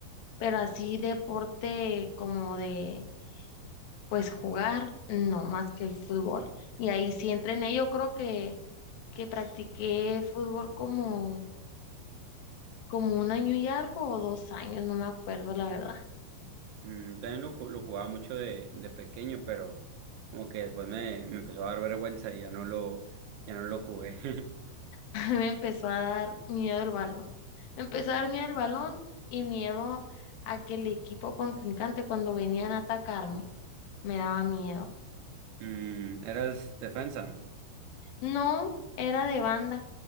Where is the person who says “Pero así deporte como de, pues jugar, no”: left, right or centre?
Left